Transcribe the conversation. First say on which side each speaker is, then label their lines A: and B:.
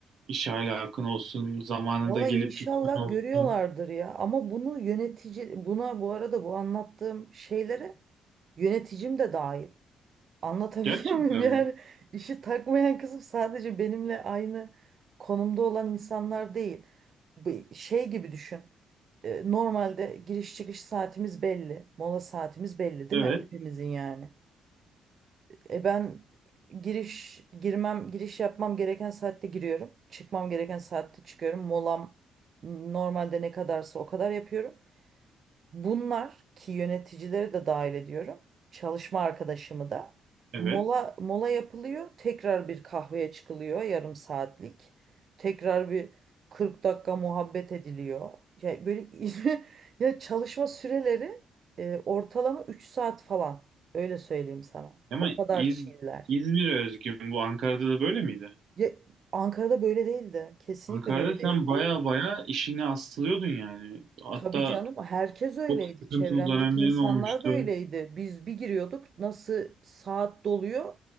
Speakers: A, on the right (about 70°); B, on the right (about 50°).
A: iş ahlakın olsun, zamanında
B: Valla
A: gelip
B: inşallah
A: gitmen olsun.
B: görüyorlardır ya ama bunu yönetici buna bu arada bu anlattığım şeylere yöneticim de dahil. Anlatabiliyor
A: Gerçekten
B: <laughs> muyum? Yani
A: mi?
B: işi takmayan kızım sadece benimle aynı konumda olan insanlar değil. Bir Şey gibi düşün. E, Normalde giriş çıkış saatimiz belli. Mola saatimiz belli değil
A: Evet.
B: mi? Hepimizin yani. E ben giriş girmem giriş yapmam gereken saatte giriyorum. Çıkmam gereken saatte çıkıyorum. Molam normalde ne kadarsa o kadar yapıyorum. Bunlar ki yöneticileri de dahil ediyorum. Çalışma arkadaşımı da.
A: Evet.
B: Mola mola yapılıyor. Tekrar bir kahveye çıkılıyor yarım saatlik. Tekrar bir 40 dakika muhabbet ediliyor. Ya böyle <laughs> ya çalışma süreleri e, ortalama 3 saat falan. Öyle söyleyeyim sana.
A: Ama
B: O kadar
A: İz
B: çiller.
A: İzmir'e özgü mü bu Ankara'da da böyle miydi?
B: Ya Ankara'da böyle değildi. Kesinlikle
A: Ankara'da
B: böyle
A: sen
B: değildi.
A: baya baya işine asılıyordun yani. Hatta
B: Tabii canım herkes öyleydi.
A: çok sıkıntılı
B: Çevremdeki
A: dönemlerin
B: insanlar
A: olmuştu.
B: da öyleydi. Biz bir giriyorduk nasıl saat doluyor